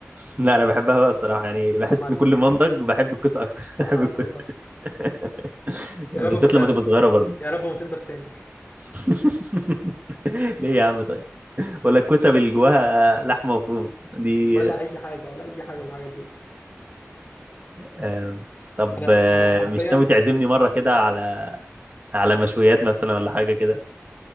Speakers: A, on the right; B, on the left.
A: لا انا بحبها بقى الصراحه يعني بحس
B: حرام عليك
A: ان كل ما انضج بحب الكوسه اكتر <laughs>
B: حرام
A: بحب
B: عليك
A: الكوسه
B: والله
A: <laughs> بالذات
B: يا رب ما يا,
A: لما تبقى صغيره برضو
B: يا رب ما تنضج تاني
A: <laughs> ليه يا عم طيب ولا الكوسه اللي جواها لحمه مفرومه دي
B: ولا اي حاجه ولا اي حاجه من الحاجات دي
A: آم، طب
B: انا
A: آه،
B: انا حرفيا
A: مش ناوي تعزمني مره كده على على مشويات مثلا ولا حاجه كده